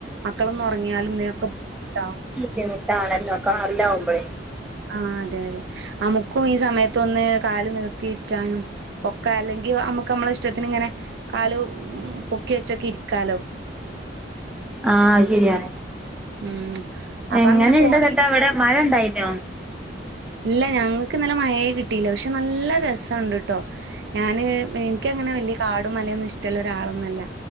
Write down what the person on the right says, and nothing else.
മക്കളൊന്നും ഒറങ്ങിയാലും ഇനൊക്കെ ട്ടാവും
ആഹ് അതെ അതെ നമുക്കും ഈ സമയത്തൊന്ന് കാല് നിർത്തിയിരിക്കാനും ഒക്കെ അല്ലെങ്കിൽ നമുക്ക് നമ്മള ഇഷ്ടത്തിന് ഇങ്ങനെ കാല് ഉം പൊക്കി വെച്ചൊക്കെ ഇരിക്കാലോ
ഉം അപ്പൊ
അങ്ങനെ പോയി
ഇല്ല ഞങ്ങൾക്ക് ഇന്നലെ മയേ കിട്ടിയില്ല പക്ഷെ നല്ല രസംണ്ട് കേട്ടോ ഞാന് എനിക്കങ്ങനെ വലിയ കാടും മലയൊന്നും ഇഷ്ടമുള്ള ഒരാളൊന്നല്ല